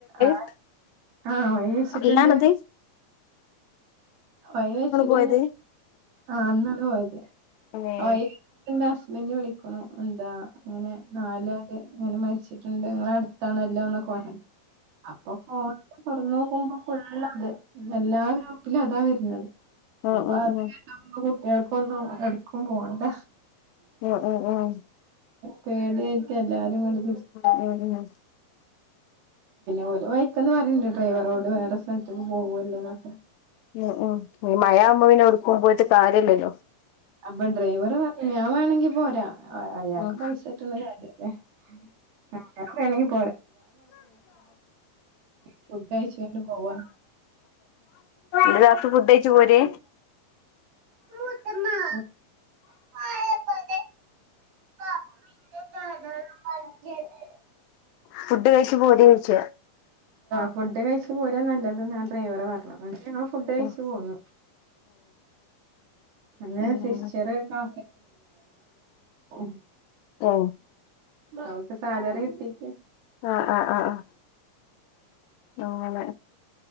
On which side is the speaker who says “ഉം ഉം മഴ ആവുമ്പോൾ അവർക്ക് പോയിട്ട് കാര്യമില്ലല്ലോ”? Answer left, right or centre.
Left